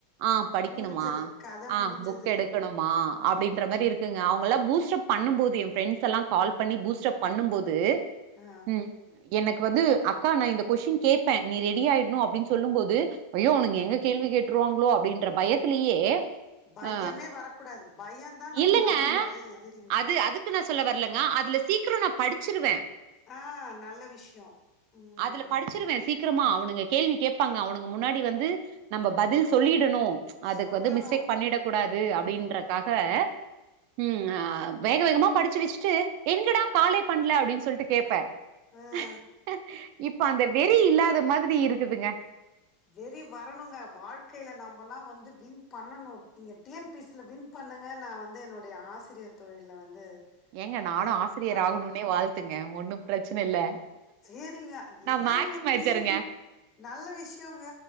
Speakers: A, on the right (about 55°); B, on the left (about 35°).
A: ஆஹ் படிக்கணுமா
B: முடிஞ்சது கத
A: ஆஹ்
B: முடிஞ்சது
A: புக் எடுக்கணுமா அப்டின்ற மாரிருக்கு அவங்கலாம் பூஸ்ட்டப் பண்ணும்போது என் பிரெண்ட்ஸ்செல்லாம் கால் பண்ணி பூஸ்ட்டப் பண்ணும்போது
B: ஆ
A: உம் எனக்கு து அக்கா நான் இந்த கொஸ்டின் கேப்பேன் நீ ரெடியாயிடனும் அப்டின்னு சொல்லும் போது ஐயோ அவனுங்க என்ன கேள்வி கேட்ருவாங்களோ அப்டின்ற பயத்திலேயே
B: பயமே
A: அ
B: வரக்கூடாது பயந்தா நம்பளுக்கு
A: இல்லங்க
B: வந்து மொத எதிரிங்க
A: அது அதுக்கு நான் சொல்ல வரலேங்க அதுல சீக்கிரம் நாம் படிச்சிருவேன்
B: ஆஹ் நல்ல விஷயம் உம்
A: அதுல படிச்சுருவேன் சீக்கிரமா. அவனுங்க கேள்வி கேப்பாங்க அவனுங்க முன்னாடி வந்து நம்ம பதில் சொல்லிடனும் அதுக்கு
B: சொல்லணும்
A: வந்து மிஸ்டேக் பண்ணிடக் கூடாது அப்டின்ற இப்ப ம் ஹ வேக வேகமா படிச்சு வச்சிட்டு எங்கடா காலே பண்லே அப்டின்னு சொல்லிட்டு கேப்பேன்
B: ஆ
A: <unintelligible> இப்ப அந்த வெறி இல்லாத மாதிரி இருக்குதுங்க
B: வெறி வரணுங்க வாழ்க்கையில நம்பலாம் வந்து வின் பண்ணணும் நீங்க டி என் பி சி ல வின் பண்ணுங்க நா வந்து என்னுடைய ஆசிரியர் தொழில்ல வந்து
A: ஏங்க நானும்
B: வின்
A: ஆசிரியர்
B: பண்றேன்.
A: ஆகணும்னனே வாழ்த்துங்க ஒன்னும் பிரச்சனை இல்ல
B: சரிங்க
A: நா
B: என்னங்க
A: மேக்ஸ் மேஜருங்க
B: டி நல்ல விஷயங்க